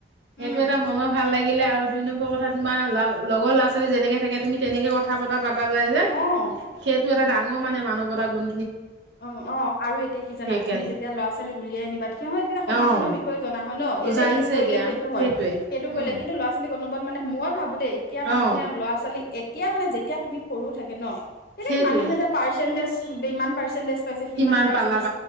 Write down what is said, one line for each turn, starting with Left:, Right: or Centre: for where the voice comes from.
Left: উম,
Right: সেইটো এটা মনৰ ভাল লাগে গিলে আৰু দুই নম্বৰ কথা তোমাৰ লগৰ ল'ৰা ছোৱালী যেনেকে থাকে তুমি তেনেকে কথা পতা পা যায় যে
Left: অ',
Right: সেইটো এটা ডাঙৰ মানে মানৱতা গুণ
Left: অ-অ আৰু এতিয়া কি জানা
Right: সেইকাৰণে
Left: তুমি যেতিয়া ল'ৰা ছোৱালী উলিয়াই নিবা কি হয় তেতিয়া সমাজখনৰ
Right: অ
Left: বিষয়ে জ না হয় ন এই
Right: জানিছে
Left: যে এইটো কৰিলে
Right: এতিয়া
Left: সেইটো হয়
Right: সেইটোৱে
Left: সেইটো কৰিলে
Right: উম
Left: কিন্তু লৰা ছোৱালীক অনবত মানে মই ভাবো দেই এতিয়া মানুহে
Right: অ
Left: ল'ৰা-ছোৱালী এতিয়া মানে যেতিয়া তুমি সৰু থাকে ন ন <unintelligible> সেই
Right: সেইটোৱে
Left: মানুহে যে পাৰ্চেণ্টেজ ইমান পাৰ্চেন্টেজ পাইছে সিমান
Right: কিমান
Left: পাৰ্চেন্টেজ
Right: পালা